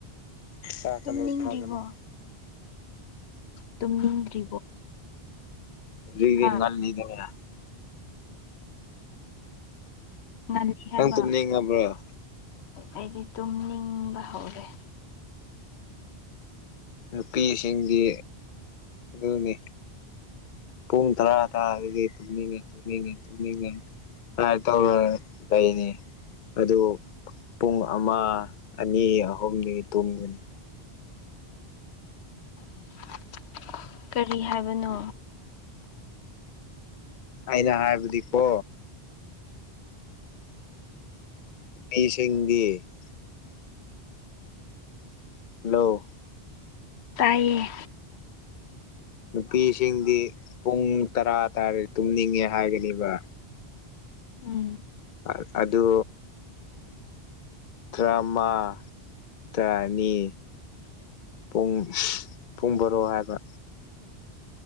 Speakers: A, on the left; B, on the left.
A: ꯆꯥꯛꯀꯅꯨ
B: ꯇꯨꯝꯅꯤꯡꯗ꯭ꯔꯤꯕꯣ
A: ꯆꯥꯒꯅꯣ꯫
B: ꯇꯨꯝꯅꯤꯡꯗ꯭ꯔꯤꯕꯣ꯫
A: ꯍꯨꯖꯤꯛꯇꯤ
B: ꯍꯥ
A: ꯉꯜꯂꯤꯗꯅꯥ꯫
B: ꯉꯜꯂꯤ
A: ꯅꯪ
B: ꯍꯥꯏꯕ
A: ꯇꯨꯝꯅꯤꯡꯉꯕ꯭ꯔꯣ
B: ꯑꯩꯗꯤ ꯇꯨꯝꯅꯤꯡꯕ ꯍꯧꯔꯦ꯫
A: ꯅꯨꯄꯤꯁꯤꯡꯗꯤ ꯗꯨꯅꯤ꯫ ꯄꯨꯡ ꯇꯔꯥ ꯇꯥꯔꯗꯤ ꯇꯨꯝꯅꯤꯡꯉꯦ ꯇꯨꯝꯅꯤꯡꯉꯦ ꯇꯨꯝꯅꯤꯡꯉꯦ꯫ ꯍꯥꯏ ꯇꯧꯔ ꯂꯩꯅꯤ ꯑꯗꯨ꯫ ꯄꯨꯡ ꯑꯃꯥ ꯑꯅꯤ ꯑꯍꯨꯝꯗꯤ ꯇꯨꯝꯒꯅꯤ꯫
B: <inaudible> ꯀꯔꯤ ꯍꯥꯏꯕꯅꯣ꯫
A: ꯑꯩꯅ ꯍꯥꯏꯕꯗꯤꯀꯣ꯫ ꯑꯩꯁꯤꯡꯗꯤ ꯫ ꯂꯣ
B: ꯇꯥꯏꯌꯦ
A: ꯅꯨꯄꯤꯁꯤꯡꯗꯤ ꯄꯨꯡ ꯇꯔꯥ ꯇꯥꯔ ꯇꯨꯝꯅꯤꯡꯉꯦ ꯍꯥꯏꯒꯅꯤꯕꯥ꯫
B: ꯎꯝ
A: ꯑ ꯑꯗꯨ ꯆꯥꯝꯃ ꯇꯔꯥꯅꯤ ꯄꯨꯡ ꯄꯨꯡ ꯕꯔꯣ ꯍꯥꯏꯕ